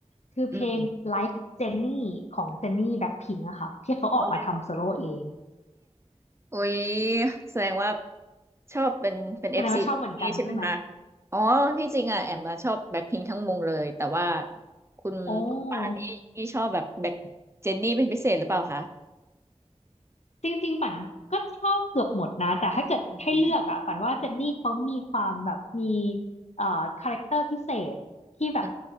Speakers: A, on the left; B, on the right.
A: คือเพลง
B: อืม
A: Like Jenny ของ Jenny Blackpink อะค่ะที่เขาออกมาทำโซโล่เอง
B: โอ้ยอุ๊ยแสดงว่าชอบเป็นเป็นเอฟซีนี่ใช่ไหมคะ
A: แสดงว่าชอบเหมือนกันใช่ไหม
B: อ๋อที่จริงอ่ะแอมอะชอบแบ็คพิงทั้งวงเลยแต่ว่าคุณคุณป่านนี่นี่ชอบแบบแบ็คเจนนี่เป็นพิเศษหรือเปล่าคะ
A: โอ้จริงๆป่านก็ชอบเกือบหมดนะแต่ถ้าเกิดให้เลือกอะป่านว่าเจนนี่เขามีความแบบมี
B: อืม
A: เอ่อคาแรคเตอร์พิเศษที่แบบ
B: อื